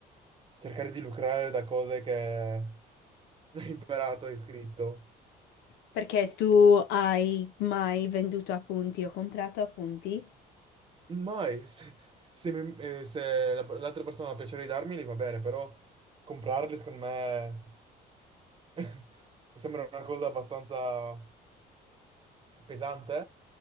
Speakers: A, on the right; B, on the left.
A: Cercare di lucrare da cose che <laughs> hai imparato, hai scritto.
B: Perché tu hai mai venduto appunti o comprato appunti?
A: Mai, se, se mi- eh, se la- l'altra persona ha piacere di darmeli va bene, però comprarli secondo me <laughs> sembra una cosa abbastanza... pesante,